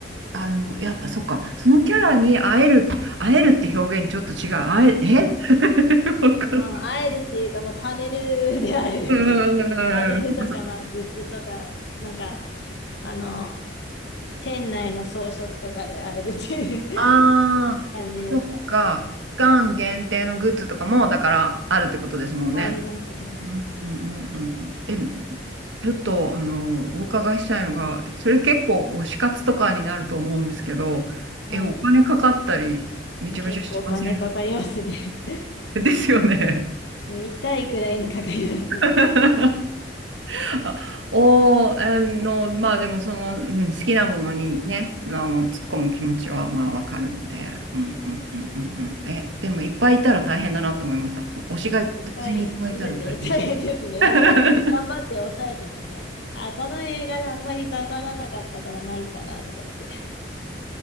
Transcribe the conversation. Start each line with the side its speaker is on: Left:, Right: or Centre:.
Right: あ、でも、やっぱそっか、そのキャラに会える、会えるって表現ちょっと違う。会え、え <laughs> わかんない
Left: うん、まあ、会えるっていうか、まあ、パネルで会えるみたいな。
Right: うーん。
Left: <laughs> パネルとか、まあ、グッズとか、なんか、あの、店内の装飾とかで会えるっていう
Right: ああ、
Left: <laughs> 感じですかね。
Right: そっか。期間限定のグッズとかも、だからあるってことですもんね。
Left: ありますね。
Right: うんうんうんうんうん。え、ちょっと、あの、お伺いしたいのが、それ結構推し活とかになると思うんですけど、
Left: はい。
Right: え、お金かかったり、めちゃめちゃしません
Left: 結構お金かかりますね。<laughs>
Right: ですよね。
Left: ね痛いくらいにかかりますね。
Right: <laughs> <laughs> あおー、あの、まあでもその、うん、好きなものにね、あの、突っ込む気持ちはまあわかるので、うんうんうんうんうん。え、でもいっぱいいたら大変だなと思いました。その推しが同時にいっぱいいたら大変。
Left: そういっぱいいるんで <laughs> 大変ですね。
Right: <laughs>
Left: なので、頑張って抑えてますね。あ、この映画があんまり刺さらなかったから、まあいいかなとか言って。